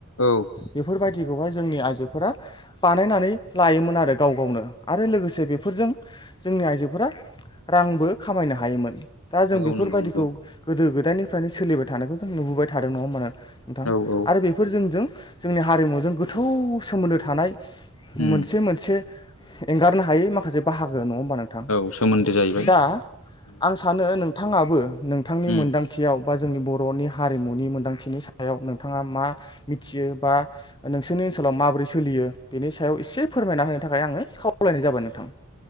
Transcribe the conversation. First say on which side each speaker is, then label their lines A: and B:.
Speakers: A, on the left (about 75°); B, on the left (about 20°).
A: औ
B: बेफोरबायदि खौहाय जोंनि आइजोफोरा बानायनानै लायोमोन आरो गाव गावनो आरो लोगोसे बेफोरजों जोंनि आइजोफोरा रांबो खामायनो हायोमोन दा जों
A: नंगौ
B: बेफोरबायदिखौ
A: नंगौ नंगौ
B: गोदो गोदाय निफ्रायनो सोलिबाय थानायखौ जों नुबोबाय थादों नङा होमबा नोंथां
A: औ औ
B: आरो बेफोरजों जोंजों जोंनि हारिमुजों गोथौ सोमोन्दो थानाय
A: उम
B: मोनसे मोनसे एंगारनो हायै माखासे माखासे बाहागो नङा होमबा नोंथां
A: औ सोमोन्दो जाहैबाय
B: दा
A: उम
B: आं सानो नोंथाङाबो नोंथांनि
A: उम
B: मोनदांथियाव बा जोंनि बर'नि हारिमुनि मोन्दांथिनि सायाव नोंथाङा मा मिथियो बा नोंसोरनि ओनसोलाव माबोरै सोलियो बेनि सायाव एसे फोरमायना होनो थाखाय आङो खावलायनाय जाबाय नोंथां